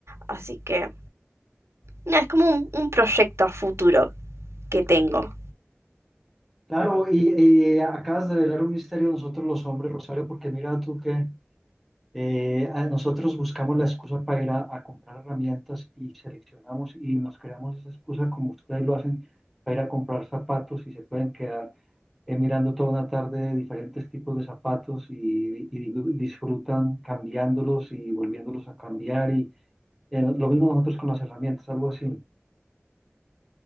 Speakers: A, on the right (about 85°); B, in the centre.
A: Así que no, es como un, un proyecto a futuro que tengo.
B: Claro, y, y eh, acabas de velar un misterio de nosotros los hombres, Rosario, porque mira tú que eh, a- nosotros buscamos la excusa para ir a, a comprar herramientas y seleccionamos y nos creamos esa excusa como ustedes lo hacen para ir a comprar zapatos y se pueden quedar eh, mirando toda una tarde diferentes tipos de zapatos y, y di- disfrutan cambiándolos y volviéndolos a cambiar y eh, lo mismo nosotros con las herramientas, algo así.